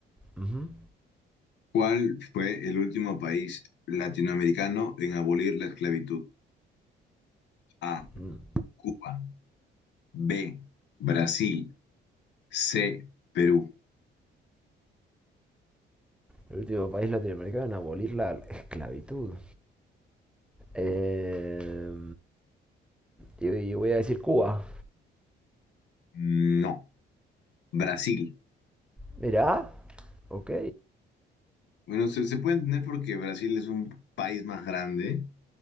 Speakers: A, in the centre; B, on the left (about 70°).
A: Ujú.
B: ¿Cuál fue el último país latinoamericano en abolir la esclavitud? A.
A: Mm.
B: Cuba. B. Brasil. C. Perú.
A: El último país latinoamericano en abolir la esclavitud. Eh, y, voy a decir Cuba.
B: No. Brasil.
A: Mirá. Ok.
B: Bueno, se, se puede entender porque Brasil es un país más grande